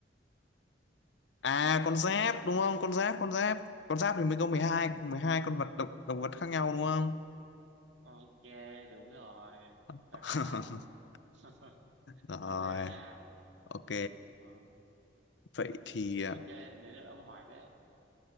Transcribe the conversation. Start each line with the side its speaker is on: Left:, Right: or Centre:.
Left: à con giáp đúng không con giáp con giáp con giáp thì mới có mười hai mười hai con vật động động vật khác nhau đúng không
Right: ok đúng rồi
Left: <laughs>
Right: chuẩn xác <laughs>
Left: rồi
Right: một đều nha
Left: ok
Right: Ờ,
Left: vậy thì à,
Right: ok đến lượt ông hỏi đấy